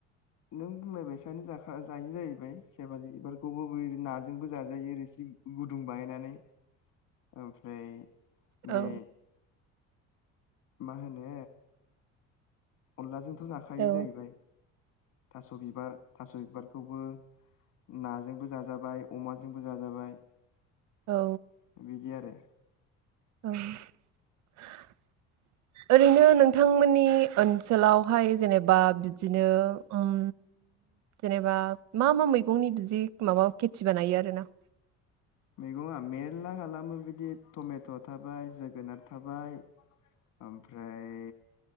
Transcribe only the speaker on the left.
नों बुंलायबायसानो जाखा- जायो जाहैबाय सेवालि बिबारखौबो नाजोंबो जा-जायो रोसि गुदुं बाहायनानै ओमफ्राय
बे मा होनो <inaudible> अनलाजों थ' जाखायो
जाहैबाय। थास' बि बार थास' बिबारखौबो नाजोंबो जाजाबाय अमाजोंबो जाजाबाय।
<inaudible> बिदि आरो।
मैगङा मेर्ला खालामो बिदिनो टमेट' थाबाय जोगोनार थाबाय ओमफ्राय